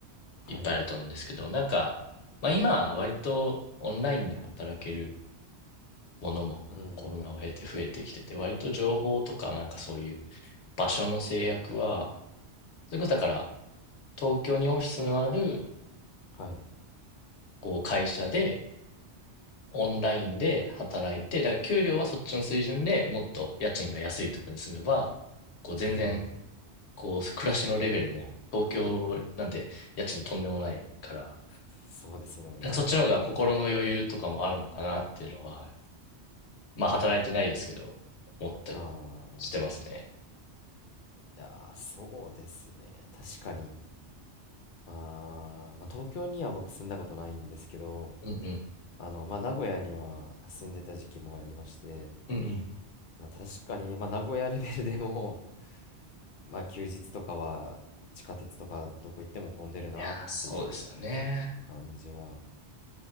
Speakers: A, on the left; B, on the left.
A: はい、
B: いっぱいあると思うんですけど、
A: う
B: なんか、まあ今、割とオンラインで働けるものもコロナを経て増えてきてて、
A: ん、
B: 割と情報とかなんかそういう場所の制約は、それこそだから東京にオフィスのある
A: はい、
B: こう会社で、オンラインで働いて、だから給料はそっちの水準でもっと家賃が安いとこに住めば、こう全然、
A: うん。
B: こう暮らしのレベルも東京なんて家賃とんでもないから、
A: そうですよね。
B: なんかそっちの方が心の余裕とかもあるのかなっていうのは、まあ働いてないですけど、思ったり
A: ああ、
B: してますね。
A: いやー、そうですね。確かに。あーまあ、東京には僕住んだことないんですけど、
B: うんうん。
A: あの、まあ、名古屋には住んでた時期もありまして、
B: うんうん。
A: まあ、確かに、まあ、名古屋レベルでも、<laughs> まあ、休日とかは地下鉄とかどこ行っても混んでるなっていう
B: いやー、そうですよね。
A: 感じは、